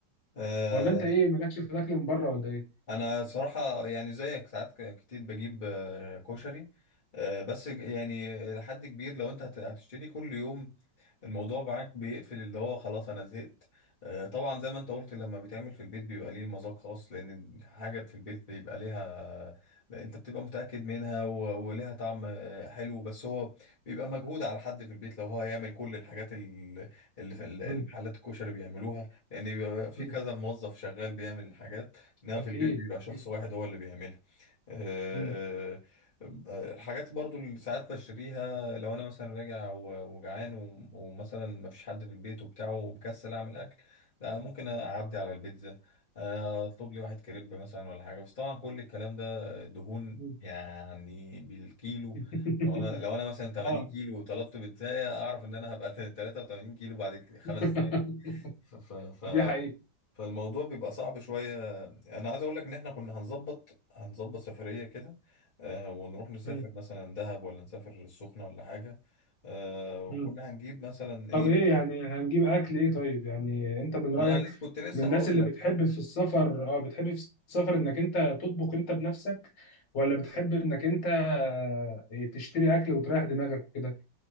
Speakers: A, on the left; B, on the left.
A: آه
B: ولا أنت إيه مالكش في الأكل من بره ولا إيه؟
A: انا صراحة يعني زيك ساعات ك- كتير بجيب آه، كشري آه، بس ج- يعني لحد كبير لو انت هت- هتشتري كل يوم الموضوع معاك بيقفل اللي هو خلاص انا زهقت آه، طبعا زي ما انت قلت لما بيتعمل في البيت بيبقى ليه مذاق خاص لان حاجة في البيت بيبقى ليها انت بتبقى متأكد منها و- وليها طعم آه، حلو بس هو بيبقى مجهود على حد في البيت لو هو هيعمل كل الحاجات ال- اللي في ال- المحلات
B: مم،
A: الكشري بيعملوها لان بيبقى في
B: مم،
A: كذا موظف شغال بيعمل الحاجات انما
B: أكيد
A: في البيت بيبقى
B: أكيد
A: شخص واحد هو اللي بيعملها آه،
B: مم،
A: آه، الحاجات برضو اللي ساعات بشتريها لو انا مثلا راجع و- وجعان و- ومثلا مفيش حد في البيت وبتاع ومكسل اعمل اكل لا ممكن اعدي على البيتزا آه، اطلب لي واحد كريب مثلا ولا حاجه بس طبعا كل الكلام ده دهون
B: مم.
A: يعني بالكيلو
B: <laughs>
A: لو انا لو انا مثلا 80
B: اه
A: كيلو وطلبت بيتزاية اعرف ان انا هبقى <laughs> 83 كيلو بعد خمس
B: <laughs>
A: دقايق ف ف ف
B: دي حقيقة
A: فالموضوع بيبقى صعب شوية أنا عايز أقول لك إن إحنا كنا هنظبط هنظبط سفرية كده آه، ونروح نسافر
B: مم.
A: مثلا دهب ولا نسافر السخنة ولا حاجة آه، وكنا
B: مم.
A: هنجيب مثلا إيه
B: طب ايه يعني هنجيب اكل ايه طيب يعني انت من رأيك
A: ما أنا لسه كنت لسه
B: من الناس
A: هقول
B: اللي بتحب في السفر اه بتحب في السفر انك انت تطبخ انت بنفسك ولا بتحب انك انت آه، تشتري اكل وتريح دماغك وكده